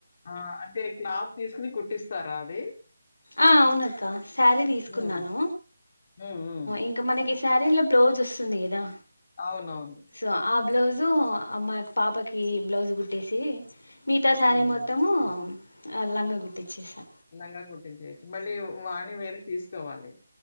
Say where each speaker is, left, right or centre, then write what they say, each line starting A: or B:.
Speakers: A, on the left; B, on the left.
A: ఆ అంటే క్లాత్ తీసుకుని కుట్టిస్త సరాద
B: ఆ అవునక్క శారీ తీసుకున్నాను
A: హ్మ్. హ్మ్. హ్మ్.
B: ఇంకా మనకి శారీలో బ్లౌజ్ వస్తుంది కదా
A: అవునవును
B: సో ఆ బ్లౌజు అమ్మా పాపకి బ్లౌజు కుట్టేసి మిగతా శారీ
A: హ్మ్.
B: మొత్తము లంగ కుట్టిచ్చేసా
A: లంగ కు చేయొచ్చు మళ్ళీ వాణి వేరే తీసుకోవాలి